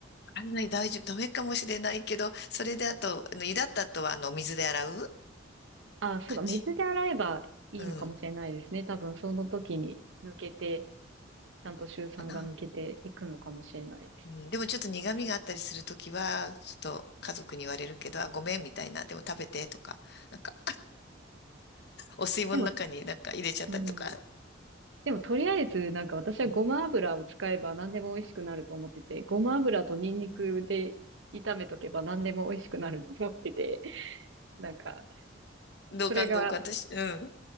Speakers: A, on the left; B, on the right.
A: あんまり大丈夫、ダメかもしれないけど、それであと、あの湯だった後は、あの、お水で洗う
B: あ、そうか、
A: 感じ。
B: 水で洗えばいいのかもしれないですね。
A: うん、
B: 多分、その時に抜けて、ちゃんとシュ酸が抜けていくのかもしれないです。
A: かな。うん、でもちょっと苦味があったりするときは、ちょっと家族に言われるけど、あ、ごめんみたいな、でも食べてとか、なんか、お吸い物の中になんか入れちゃったりとか、
B: でも、うん。でもとりあえず、なんか私はごま油を使えば何でも美味しくなると思ってて、
A: うん、
B: ごま油とニンニクで炒めとけば何でも美味しくなると思ってて、なんか、
A: 同感同感私、
B: それが、
A: うん、